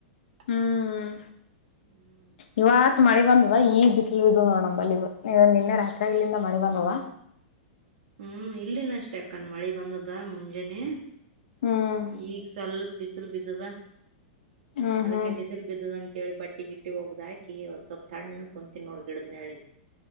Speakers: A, on the right; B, on the left.
A: ಹ್ಮ್
B: ಹ್ಮ್ ಇವತ್ ಮಳೆ ಬಂದದ ಈ ಬಿಸಿಲು ಬಿದ ನೋಡ ನಂಬಲ್ಲಿ ಇವತ್ ನಿನ್ನೆ ರಾತ್ರಿಗಳಿಂದ ಮಳೆ ಬಂದದ
A: ಹ್ಮ್ ಇಲ್ಲಿನ ಅಷ್ಟೆ ಅಕ್ಕನ್ ಮಳಿ ಬಂದದ ಮುಂಜಾನೇ
B: ಹ್ಮ್
A: ಈಗ ಸ್ವಲ್ಪ ಬಿಸಿಲು ಬಿದ್ದದ
B: ಹ್ಮ್
A: ಅದಕ್ಕೆ
B: ಹ್ಮ್
A: ಬಿಸಿಲು ಬಿಸಲು ಬಿದ್ದದ ಅಂತೇಳಿ ಬಟ್ಟಿ ಗಿಟ್ಟಿ ಒಗದ ಹಾಕಿ ಒಂದ್ ಸ್ವಲ್ಪ ತಣ್ಣಗ ಕುಂತಿನಿ ನೋಡ್ ಗಿಡದ್ ನೆಳಗಿ